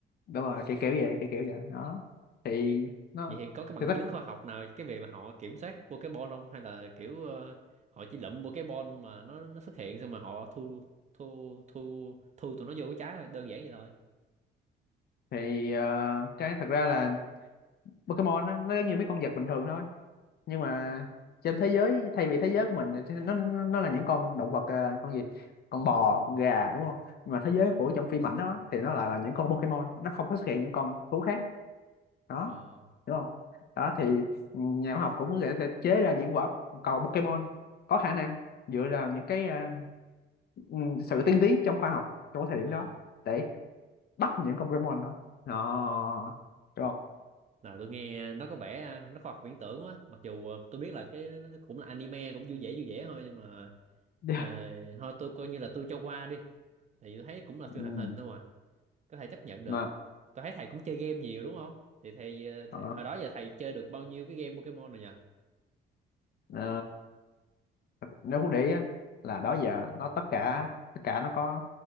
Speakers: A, on the left (about 55°); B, on the right (about 35°).
A: đúng rồi kiểu kiểu vậy kiểu kiểu vậy đó thì
B: vậy thì
A: nó
B: vậy thì có cái bằng
A: thì
B: chứng
A: tất
B: khoa học nào cái việc là họ kiểm soát Pokemon không hay là kiểu ờ, họ chỉ lụm Pokemon mà nó nó xuất hiện xong mà họ thu thu thu thu tụi nó vô cái trái thôi đơn giản vậy thôi
A: thì ờ, cái thật ra là Pokemon á, nó giống như mấy con vật bình thường thôi nhưng mà trên thế giới thay vì thế giới của mình thì nó nó là những con động vật ờ, con gì con bò con gà đúng không nhưng mà thế giới của trong phim ảnh đó thì nó lại là những con Pokemon nó không có xuất hiện những con thú khác đó
B: ờ
A: đúng không đó thì nhà khoa học cũng sẽ, sẽ chế ra những quả cầu Pokemon có khả năng dựa vào những cái à, ừ, sự tiên tiến trong khoa học trong cái thời
B: à.
A: điểm đó để bắt những con Pokemon đó đó đúng không
B: nào tôi nghe nó có vẻ nó khoa học viễn tưởng quá mặc dù ờ, tôi biết là cái nó cũng là anime cũng vui vẻ vui vẻ thôi nhưng mà
A: Dạ.
B: ờ, thôi tôi coi như là tôi cho qua đi tại vì tôi thấy cũng là phim
A: ừ.
B: hoạt hình thôi mà có thể chấp nhận được
A: mà
B: tôi thấy thầy cũng chơi game nhiều đúng không thì thầy, ờ, thầy
A: ờ,
B: hồi đó giờ thầy chơi được bao nhiêu cái game Pokemon rồi nhờ
A: ờ, nếu Phú để ý á, là đó giờ nó tất cả tất cả nó có